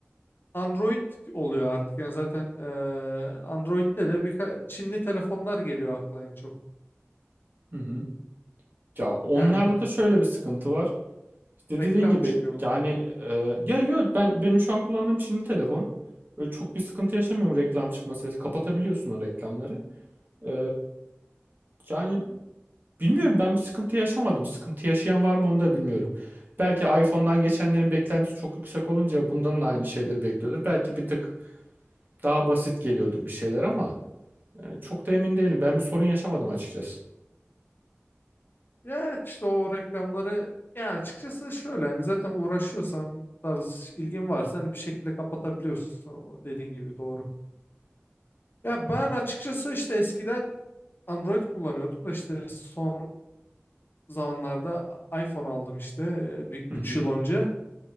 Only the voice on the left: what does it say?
Android oluyor artık. Yani zaten e, Android'de de birkaç Çinli telefonlar geliyor akla en çok.
Yani
reklam
çıkıyor
Ya evet, işte o reklamları ya açıkçası şöyle hani zaten uğraşıyorsan tarz ilgin varsa hani bir şekilde kapatabiliyorsun o dediğin gibi doğru. Ya ben açıkçası işte eskiden Android kullanıyordum da işte son zamanlarda iPhone aldım işte e, bir
3
yıl önce.